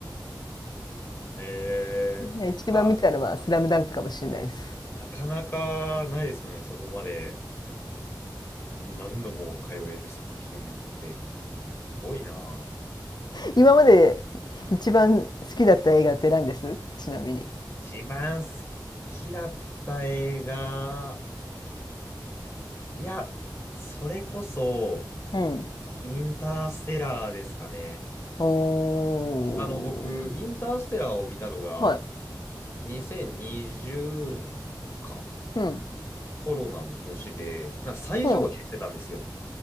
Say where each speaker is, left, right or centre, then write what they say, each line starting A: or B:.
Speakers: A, on the left; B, on the left.
A: ええあ、
B: <laughs> 一番見たのは「スラムダンクかもしれないです
A: なかなかないですよね、そこまでん何度も通える作品って。多いなぁ。
B: 今まで一番好きだった映画って何ですちなみに
A: 一番好きだった映画、いや、それこそ、
B: うん
A: インターステラーですかね。
B: おー
A: あの、僕、インターステラーを見たのが、
B: はい。
A: 2020年か、
B: うん。
A: コロナの年で、な最上映してたんですよ。
B: うん。